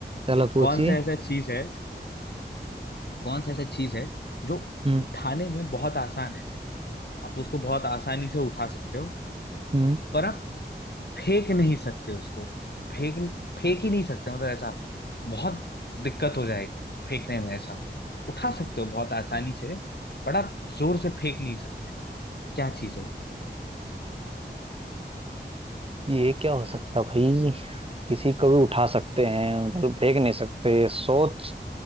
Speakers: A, on the right; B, on the left.
A: चलो पूछिए
B: कौन सा ऐसा चीज है कौन सा ऐसा चीज है जो
A: हम्म
B: उठाने में बहुत आसान है आप उसको बहुत आसानी से उठा सकते हो
A: हम्म
B: पर फेंक नहीं सकते उसको फेंक फेंक ही नहीं सकते मतलब ऐसा बहुत दिक्कत हो जाएगी फेंकने में ऐसा उठा सकते हो बहुत आसानी से बट आप जोर से फेंक नहीं सकते क्या चीज है वो?
A: ये क्या हो सकता भाई किसी को भी उठा सकते हैं मतलब फेंक नहीं सकते सोच